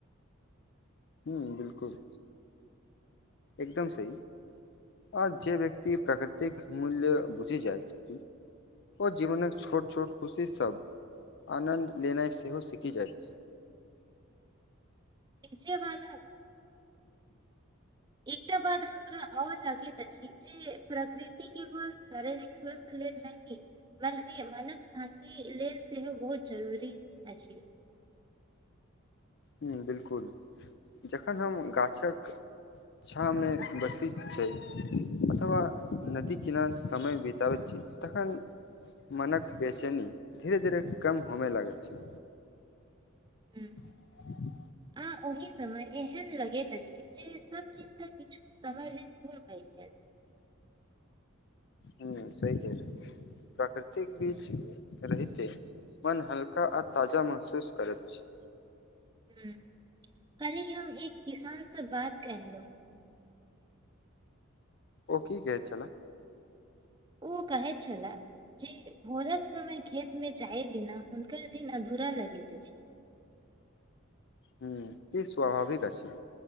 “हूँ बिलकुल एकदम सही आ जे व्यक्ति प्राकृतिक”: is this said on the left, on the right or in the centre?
Left